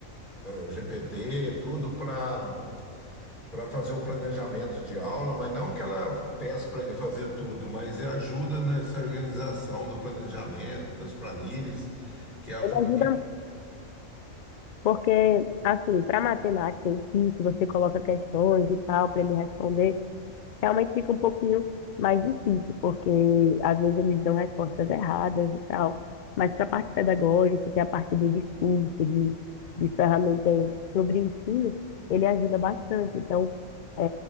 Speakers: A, on the left; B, on the left.
A: eh, GPT, tudo, para para fazer o planejamento de aula, mas não que ela peça para ele fazer tudo, mas é ajuda nessa organização do planejamento, das planilhas, que ela
B: Ele
A: falou
B: ajuda
A: que
B: muito, porque, assim, para matemática em si, se você coloca questões e tal, para ele responder. realmente fica um pouquinho mais difícil, porque às vezes eles dão respostas erradas e tal. Mas para a parte pedagógica, que é a parte do discurso, de, de ferramentas sobre ensino, ele ajuda bastante. Então, é,